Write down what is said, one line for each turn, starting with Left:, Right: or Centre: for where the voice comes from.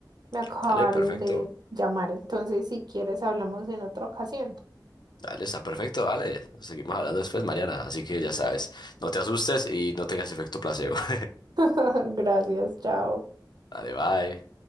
Left: <laughs>
Right: Me acabaron
Left: Dale, perfecto.
Right: de llamar, entonces si quieres hablamos en otra ocasión.
Left: Dale, está perfecto, dale. Nos seguimos hablando después, Mariana. Así que ya sabes, no te asustes y no tengas efecto placebo. <laughs>
Right: <laughs> Gracias, chao.
Left: Dale, bye.